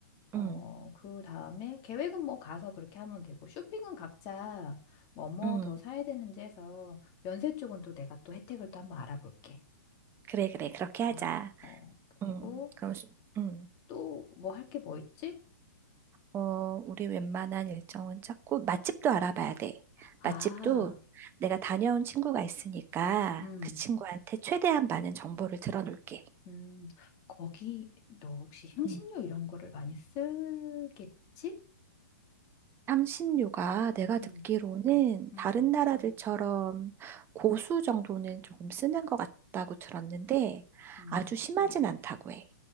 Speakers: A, on the left; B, on the right.
A: 어,
B: 음,
A: 그 다음에 계획은 뭐 가서 그렇게 하면 되고 쇼핑은 각자 뭐 뭐
B: 음.
A: 더 사야 되는지 해서 면세 쪽은 또 내가 또 혜택을 또 한번 알아볼게.
B: 그래, 그래. 그렇게 하자.
A: 어, 어, 그리고
B: 음, 그럼, 수- 음.
A: 또 뭐 할 게 뭐 있지?
B: 어, 우리 웬만한 일정은 짰고, 맛집도 알아봐야 돼.
A: 아,
B: 맛집도 내가 다녀온 친구가 있으니까
A: 음,
B: 그 친구한테 최대한 많은 정보를 들어놓을게.
A: 음, 거기 너 혹시 향신료
B: 음.
A: 이런 거를 많이 쓰겠지?
B: 향신료가 내가
A: 음,
B: 듣기로는
A: 음,
B: 다른 나라들처럼 고수 정도는 조금 쓰는 것 같다고 들었는데
A: 음.
B: 아주 심하진 않다고 해.